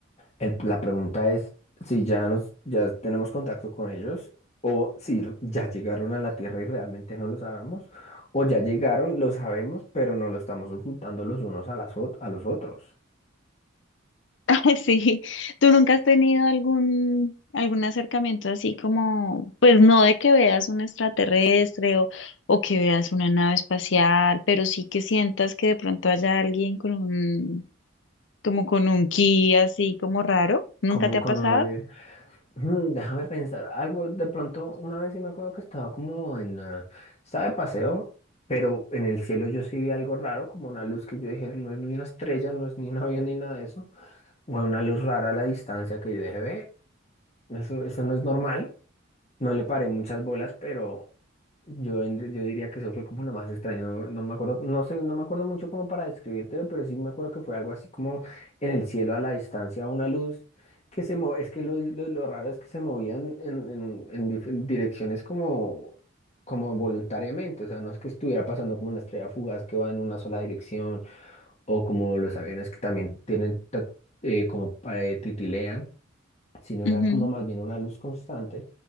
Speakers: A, on the left (about 35°); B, on the left (about 65°).
A: El- la pregunta es si ya nos, ya tenemos contacto con ellos o si r- ya llegaron a la Tierra y realmente no lo sabemos o ya llegaron, lo sabemos, pero no lo estamos ocultando los unos a las, ot- a los otros.
B: <laughs> Sí, ¿tú nunca has tenido algún, algún acercamiento así como, pues no de que veas un extraterrestre o, o que veas una nave espacial, pero sí que sientas que de pronto haya alguien con un, como con un ki así como raro? ¿Nunca
A: Como
B: te ha
A: con
B: pasado?
A: una... vi- Mm, déjame pensar algo. De pronto, una vez sí me acuerdo que estaba como en... ah, estaba de paseo, pero en el cielo yo sí vi algo raro, como una luz que yo dije, no es ni una estrella, no es ni un avión ni nada de eso. Fue una luz rara a la distancia que yo dije, ve, eso, eso no es normal. No le paré muchas bolas, pero yo, en- yo diría que eso fue como lo más extraño. No, no me acuerdo, no sé, no me acuerdo mucho como para describírtelo, pero sí me acuerdo que fue algo así como en el cielo a la distancia, una luz que se mo- es que lo, lo, lo raro es que se movían en, en, un- en dif- direcciones como, como voluntariamente. O sea, no es que estuviera pasando como una estrella fugaz que va en una sola dirección, o como los aviones que también tienen ta- eh, como eh, titilean sino era
B: Ujú.
A: como más bien una luz constante